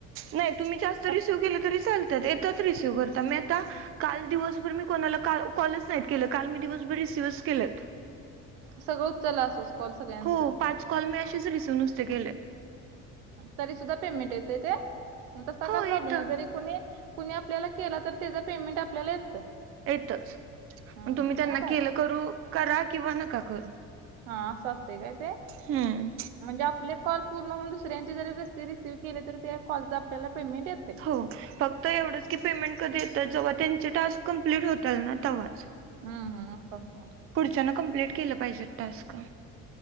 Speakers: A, on the right; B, on the right.
A: नाही तुम्ही जास्त
B: आप-
A: रिसिव्ह केलं तरी चालतात, येतच रिसिव्ह करता. म्या का काल दिवसभर मी कोणाला कॉलच नाही केलेत, काल दिवसभर मी रिसीवच केलेत.
B: सगळं उचललं असंच कॉल सगळ्यांचं.
A: हो पाच कॉल मी असेच रिसीव नुसते केलेत.
B: तरी सुद्धा पेमेंट येतय ते? म तसा काय
A: हो
B: प्रॉब्लेम
A: येत
B: आहे. जरी कुणी कुणी आपल्याला केला, तर त्याज पेमेंट आपल्याला येतं.
A: येतच.
B: हम्म,
A: मग तुम्ही
B: हम्म,
A: त्यांना
B: बरं.
A: केलं करू करा किंवा नका करू.
B: हा असं असतंय काय ते?
A: हम्म.
B: म्हणजे आपले कॉल पूर्ण होऊन, दुसऱ्यांचे जरी नस्ते रिसीव्ह केले. तरी त्या कॉलच आपल्याला पेमेंट येतंय.
A: हो फक्त एवढंच की, पेमेंट कधी येतं? जेव्हा त्यांचे टास्क कंप्लीट होतात ना, तवाच.
B: हा हा असा असणार.
A: पुढच्यान कंप्लीट केलं पाहिजेत टास्क.